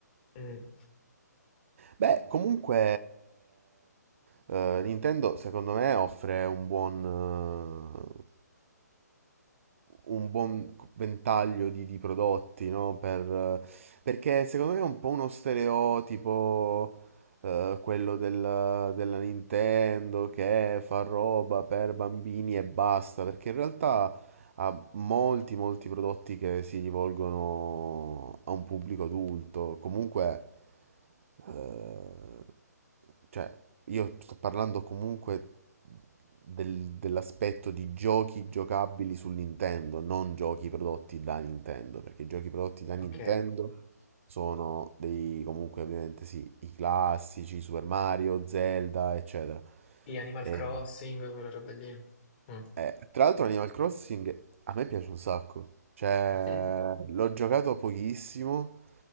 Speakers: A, on the left (about 35°); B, on the right (about 45°).
A: Mm.
B: Beh, comunque eh, Nintendo secondo me offre un buon, eh, un buon ventaglio di, di prodotti, no? Per- perché secondo me è un po' uno stereotipo, eh, quello del- della Nintendo che fa roba per bambini e basta, perché in realtà ha molti, molti prodotti che si rivolgono a un pubblico adulto. Comunque, eh, cioè, io sto parlando comunque del- dell'aspetto di giochi giocabili su Nintendo, non giochi prodotti da Nintendo, perché i giochi prodotti da Nintendo
A: Ok,
B: Mm. sono dei comunque ovviamente sì, i classici Super Mario, Zelda, eccetera.
A: Sì, Animal
B: E-
A: Crossing, quelle robe lì. Mm.
B: eh, tra l'altro Animal Crossing a me piace un sacco, cioè
A: <laughs>
B: l'ho giocato pochissimo,